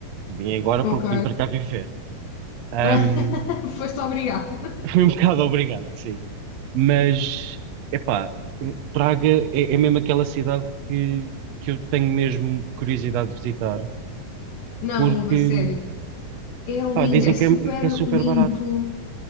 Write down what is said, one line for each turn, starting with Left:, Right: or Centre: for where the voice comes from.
Right: Vim agora
Left: ok.
Right: porque vim para cá viver. Ahm,
Left: <laughs> Foste obrigado.
Right: <laughs> fui um bocado obrigado, sim. Mas, epá, Praga é, é mesmo aquela cidade que, que eu tenho mesmo curiosidade de visitar,
Left: Não,
Right: porque,
Left: uva, sério. É
Right: epá,
Left: lindo,
Right: dizem
Left: é super
Right: que é, que é super
Left: limpo.
Right: barato.